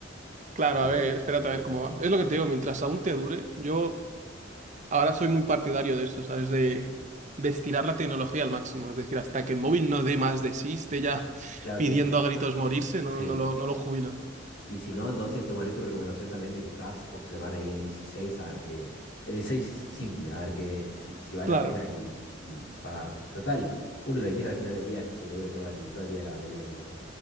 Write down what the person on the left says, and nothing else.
de,
de-
claro,
este,
sí,
Y si no, entonces tomaré tu recomendación también de quizás observar ahí el 16, a ver qué. El 16 simple, a ver qué, si, si vale
la pena y, y pagarlo. Total, uno lo que quiere al final del día es que logre todo el, todo el día la batería nomás, ¿no?